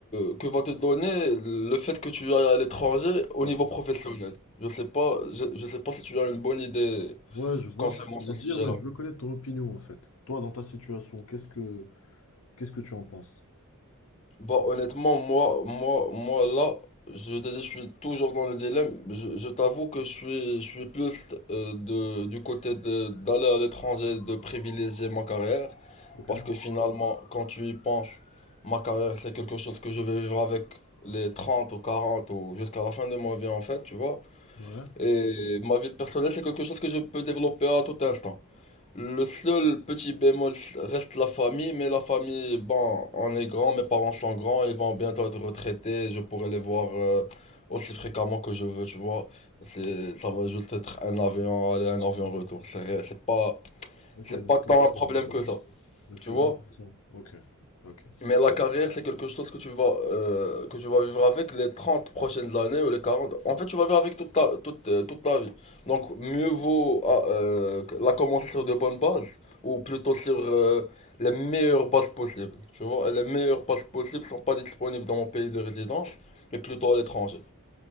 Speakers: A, on the left; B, on the left.
A: euh, que va te donner le fait que tu ailles à l'étranger au
B: Ouais.
A: niveau professionnel. Je sais pas, je, je sais pas si tu as une bonne idée
B: Ouais, je vois
A: concernant
B: ce que tu
A: ce
B: veux
A: sujet-là.
B: dire, mais je veux connaître ton opinion en fait. Toi, dans ta situation, qu'est-ce que qu'est-ce que tu en penses?
A: Bah honnêtement, moi, moi, moi là, je t'ai dit, je suis toujours dans le dilemme. Je, je t'avoue que je suis, je suis plus euh, de, du côté de, d'aller à l'étranger, de privilégier ma carrière.
B: Ok.
A: Parce que finalement, quand tu y penses, ma carrière, c'est quelque chose que je vais vivre avec les 30 ou 40 ou jusqu'à la fin de ma vie en fait, tu vois.
B: Ouais.
A: Et ma vie personnelle, c'est quelque chose que je peux développer à tout instant. Le seul petit bémol reste la famille, mais la famille, bon, on est grand, mes parents sont grands, ils vont bientôt être retraités, je pourrai les voir euh, aussi fréquemment que je veux, tu vois. C'est, ça va juste être un avion aller, un avion retour. C'est, ré- c'est pas,
B: Ok,
A: c'est
B: donc
A: pas tant
B: toi, tu
A: un problème
B: le,
A: que ça,
B: donc
A: tu
B: tu
A: vois.
B: le vois comme ça. Ok. Ok.
A: Mais la carrière, c'est quelque chose que tu vas, euh, que tu vas vivre avec les 30 prochaines années ou les 40. En fait, tu vas vivre avec toute ta, toute, euh, toute ta vie. Donc, mieux vaut ah, euh, la commencer sur de bonnes bases ou plutôt sur euh, les meilleures bases possibles. Tu vois, et les meilleures bases possibles ne sont pas disponibles dans mon pays de résidence, mais plutôt à l'étranger.